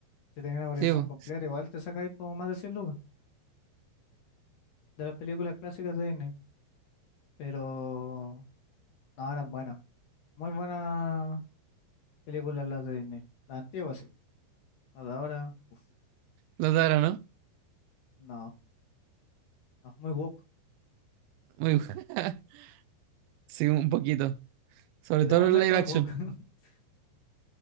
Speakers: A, on the left (about 60°); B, on the right (about 80°).
A: Si tenés una colección
B: Sí, vos.
A: completa, igual te sacáis como más de 100 lucas de las películas clásicas de Disney. Pero No, eran buenas. Muy buenas películas las de Disney. Las antiguas, sí. Las de ahora, uf,
B: Los de ahora, ¿no?
A: no. No, muy woke.
B: Muy bu- <laughs> Sí, un poquito. Sobre
A: Literalmente
B: todo los live
A: muy
B: action.
A: woke. <laughs>